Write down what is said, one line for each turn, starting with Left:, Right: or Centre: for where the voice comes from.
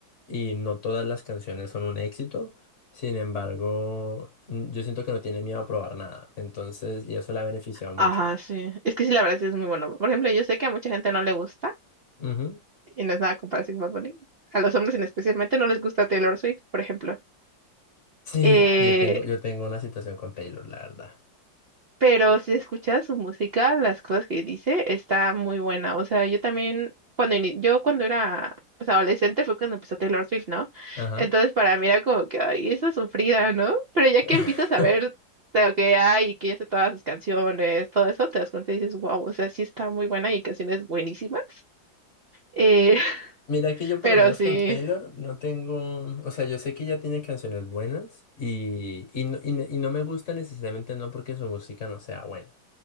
Left: y no todas las canciones son un éxito. Sin embargo, mm, yo siento que no tiene miedo a probar nada. Entonces, y eso le ha beneficiado mucho.
Right: Ajá, sí. Es que sí, la verdad sí es muy bueno. Por ejemplo, yo sé que a mucha gente no le gusta,
Left: Ujú.
Right: y no es nada comparación con Bad Bunny. A los hombres en especialmente no les gusta Taylor Swift, por ejemplo.
Left: Sí,
Right: Eh,
Left: yo tengo, yo tengo una situación con Taylor, la verdad.
Right: pero si escuchas su música, las cosas que dice, está muy buena. O sea, yo también, cuando ini- yo cuando era pues, adolescente fue cuando empezó Taylor Swift, ¿no?
Left: Ajá.
Right: Entonces para mí era como que, ay, esa sufrida, ¿no? Pero ya
Left: <laughs>
Right: que empiezas a ver de lo que hay y que ya sé todas sus canciones, todo eso, te das cuenta y dices, wow, o sea, sí está muy buena y hay canciones buenísimas. Eh, <laughs>
Left: Mira que yo por
Right: pero
Left: lo menos
Right: sí,
Left: con Taylor no tengo, o sea, yo sé que ella tiene canciones buenas y, y, no, y no y no me gusta necesariamente no porque su música no sea buena,